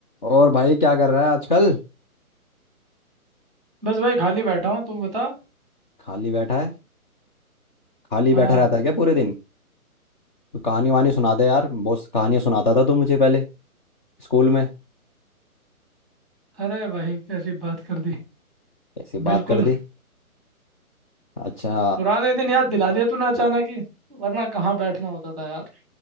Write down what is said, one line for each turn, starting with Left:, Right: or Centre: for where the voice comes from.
Left: और भाई क्या कर रहा है आजकल
Centre: बस भाई खाली बैठा हूँ तू बता
Left: खाली बैठा है खाली
Centre: हाँ
Left: बैठा रहता है क्या पूरे दिन तो कहानी वानी सुना दे यार बहुत कहानियां सुनाता था तू मुझे पहले स्कूल में
Centre: अरे भाई कैसी बात कर दी
Left: कैसी
Centre: बिल्कुल
Left: बात कर दी अच्छा
Centre: पुराने दिन याद दिला दिया तूने अचानक ही वरना कहाँ बैठना होता था यार